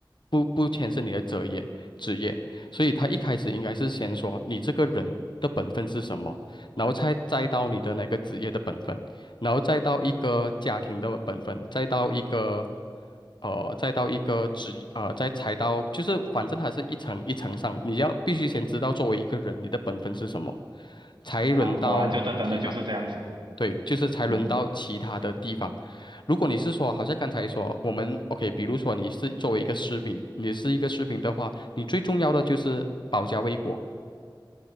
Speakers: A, on the left; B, on the right.
A: 不不牵涉你的择业职业，所以他一开始应该是先说你这个人的本分是什么，然后才再到你的那个职业的本分。然后再到一个家庭的本分，再到一个，呃，再到一个职，呃，再踩到，就是反正它是一层一层上，你要必须先知道作为一个人你的本分是什么，才轮到哦其他，
B: 啊，果然就这真的就是这样子，
A: 对，就是才轮到其他的地方。
B: 嗯
A: 如果你是说，好像刚才说我们 OK，比如说你是作为一个士兵，你是一个士兵的话，你最重要的就是保家卫国。